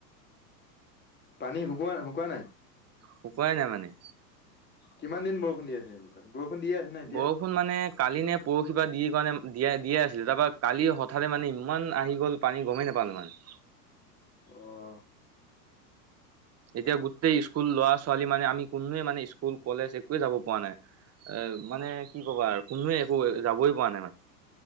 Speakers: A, on the left; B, on the right.
A: পানী শুকোৱাই শুকোৱা নাই?
B: শুকোৱাই নাই মানে।
A: কিমান দিন বৰষুণ দি আছে তাত? বৰষুণ দিয়ে আছে। নে এতিয়া?
B: ব ষুণ মানে কালি নে পৰহি পা দি কাৰণে দিয়ে দিয়ে আছিলে, তাপা কালি হঠাতে মানে ইমান আহি গ'ল। পানী গমেই নাপালোঁ মানে।
A: অ'
B: এতিয়া গোটেই স্কুল ল'ৰা ছোৱালী মানে আমি কোনোৱে মানে স্কুল কলেজ একোৱে যাব পৰাোৱা নাই। এ মানে কি ক'বা কোনোৱে একো যাবই পৰা নাই মানে।